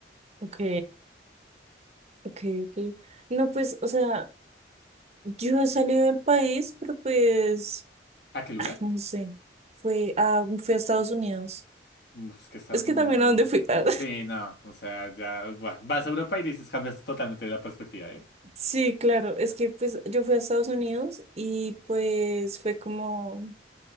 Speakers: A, on the right (about 35°); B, on the left (about 60°).
A: ok, ok, ok. No, pues, o sea, yo he salido del país, pero pues,
B: ¿A qué lugar?
A: no sé, fue a, fui a Estados Unidos.
B: Es que Estados
A: Es que
B: Unidos.
A: también a dónde fui. <laughs> Ah,
B: Sí, no. O sea, ya. buah, vas a Europa y dices, cambias totalmente la perspectiva, ¿eh?
A: Sí, claro, es que pues yo fui a Estados Unidos y pues fue como,